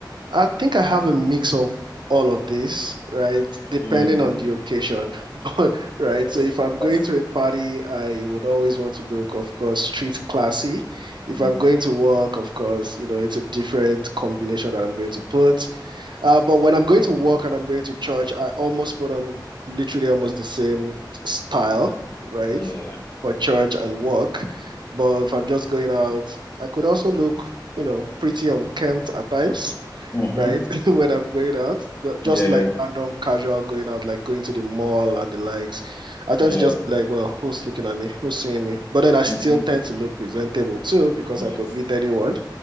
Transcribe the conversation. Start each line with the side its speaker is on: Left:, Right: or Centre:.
Right: I think I have a mix of all of this, right? Depending
Left: Mm,
Right: on the occasion. <laughs> But right,
Left: yes,
Right: so if
Left: yes,
Right: I'm going
Left: that's
Right: to a party, I would always want to look, of course, street classy. If
Left: mhm,
Right: I'm going to work, of course, you know, it's a different combination that I'm going to put. Uh, but when I'm going to work and I'm going to church, I almost put on literally almost the same style, right?
Left: yeah.
Right: For church and work. But if I'm just going out, I could also look, you know, pretty unkempt at times
Left: Mm-hmm.
Right: right? <laughs> When I'm going out, the- just
Left: Yeah,
Right: like random casual going out, like going to the mall and the likes, I tend
Left: yeah.
Right: to just be like, well, who's looking at me? Who's seeing me? But then I still
Left: Mm-hmm.
Right: tend to look presentable too because
Left: Yes.
Right: I could meet anyone.